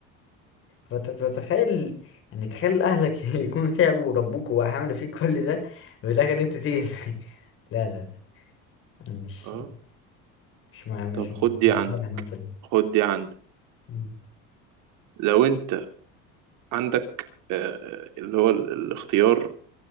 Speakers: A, on the left (about 40°); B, on the right (about 60°).
A: فت- فتتخيل يعني تخيل اهلك <laughs> يكونوا تعبوا وربوك وعملوا فيك كل ده وفي الاخر انت تيجي <laughs> لا لا لا أنا مش
B: اه
A: مش مع مش
B: طب خد دي
A: مش
B: عندك
A: مع النقطة دي
B: خد دي عندك
A: مم.
B: لو انت عندك آه، اللي هو ال- الاختيار